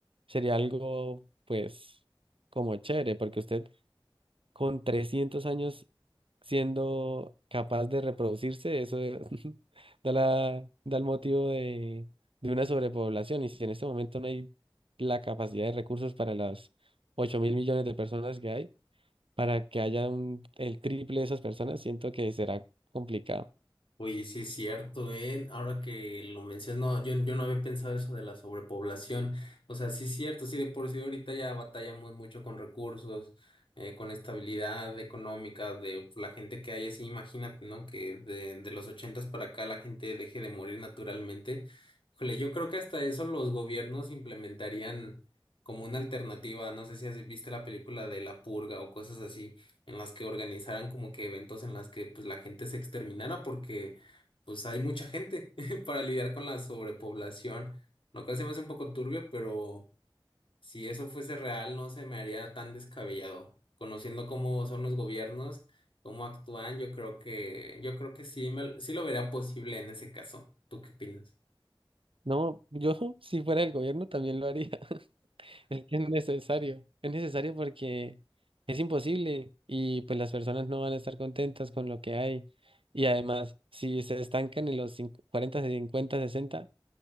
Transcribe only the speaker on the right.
sería algo, pues, como chévere, porque usted con 300 años siendo capaz de reproducirse, eso es- <laughs> da la, da el motivo de, de una sobrepoblación. Y si en este momento no hay la capacidad de recursos para las 8 mil millones de personas que hay, para que haya un- el triple de esas personas, siento que será complicado.
No, yo <laughs> si fuera el gobierno también lo haría. Es que es necesario, es necesario porque es imposible y pues las personas no van a estar contentas con lo que hay. Y además, si se estancan en los cinc- 40, 50 60